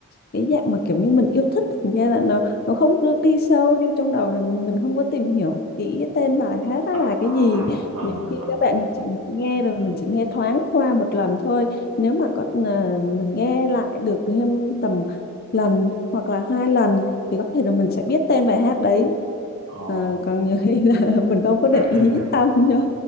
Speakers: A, on the left; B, on the right.
A: cái dạng mà kiểu như mình yêu thích thành ra là nó nó không cứ đi sâu vô trong đầu là mình không có tìm hiểu kỹ cái tên bài hát đó là
B: à,
A: cái gì
B: à, vâng,
A: nhiều
B: dạ
A: khi
B: vâng.
A: các bạn chỉ mà nghe rồi mình chỉ nghe thoáng qua một lần thôi nếu mà có à, mình nghe lại được thêm tầm lần hoặc là hai lần thì có thể là mình sẽ biết tên bài hát đấy
B: Ờ.
A: Ờ, còn nhiều khi là <laughs> mình không có để
B: <laughs>
A: ý tâm vô